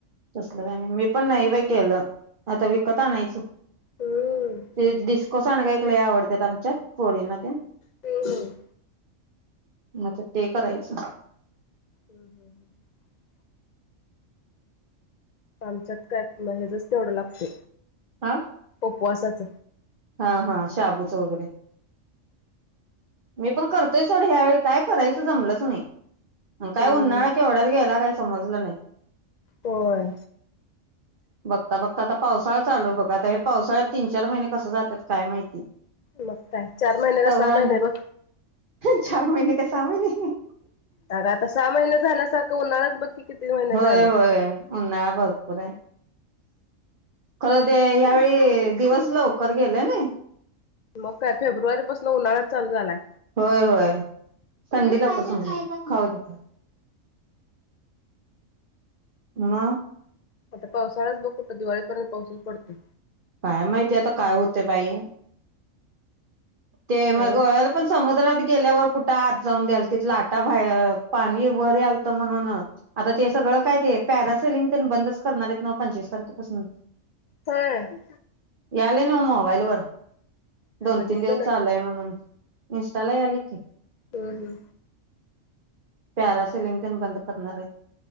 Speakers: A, on the right; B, on the left.
A: तसलं काय नाही मी पण नाही बाई केलं आता विकत आणायचं
B: हम्म
A: ते डिस्को सांडग आहेत लय आवडतात आमच्या पोरींना त्या
B: तेण
A: म आता ते करायचं.
B: हम्म हम् हम् आमच्यात काय मग हेचच तेवढं लागतय
A: हा
B: उपवासाच
A: हा हा शाबूच वगैरे मी पण करतोय सोड ह्या वेळी काय करायचं जमलंच नाही. मग काय
B: हम्म
A: उन्हाळा केवढ्यात गेयला काही समजलं नाही.
B: होय
A: बघता बघता.... आता पावसाळा चालू बघा आता ह्या पावसाळ्यात तीन चार महिने कसं जातात काय माहिती
B: मग काय चार महिन्याला
A: तवर
B: सहा
A: आणि
B: महिने बघ
A: चार महिने का सहा महिने
B: अगं आता सहा महिने झाल्यासारखं होणारच बघ की किती महिने
A: होय
B: झालं
A: होय उन्हाळा भरपूर आहे. खर ते यावेळी दिवस लवकर गेले नाही.
B: मग काय फेब्रुवारी पासून उन्हाळाच चालू झालाय
A: होय होय संडे संडे दाखव संडे खाऊ दे मला हं
B: आता पावसाल्यात बघ कुठं दिवाळीपर्यंत पाऊसच पडतो
A: काय माहिती आता काय होते बाई ते मग
B: अजून
A: गोव्याला पण समुद्रात गेल्यावर कुठे आत जाऊन द्याल तिथ लाटा पाणी वर आलत म्हणून आता ते सगळं काय ते प्यारा सिलिंग तेन बंदच करणार आहेत नव्ह पंचवीस तारखे पासून
B: हम्म
A: यालय ना मोबाईल वर
B: काय
A: दोन
B: बघितलं
A: तीन दिवस
B: नाही.
A: चालू आहे म्हणून निसटायला यायला लागलय की
B: हम् हम
A: पॅरा सिलिंगजन बंद करणार आहे